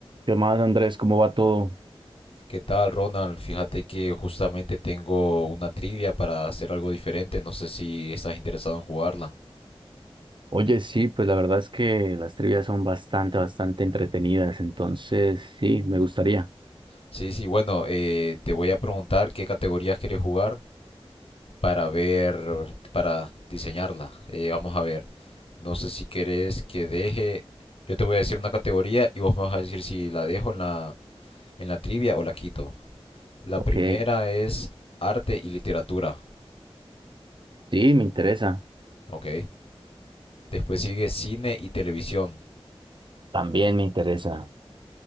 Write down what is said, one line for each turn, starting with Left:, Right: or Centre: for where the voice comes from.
Right: ¿Qué más, Andrés? ¿Cómo va todo?
Left: ¿Qué tal, Ronald? Fíjate que justamente tengo una trivia para hacer algo diferente. No sé si estás interesado en jugarla.
Right: Oye, sí, pues la verdad es que las trivias son bastante, bastante entretenidas, entonces sí, me gustaría.
Left: Sí, sí, bueno, eh, te voy a preguntar qué categorías quieres jugar para ver, para diseñarla. Eh, vamos a ver. No sé si querés que deje. Yo te voy a decir una categoría y vos me vas a decir si la dejo en la, en la trivia o la quito. La
Right: Ok,
Left: primera es arte y literatura,
Right: sí, me interesa.
Left: ¿ok? Después sigue cine y televisión,
Right: También me interesa.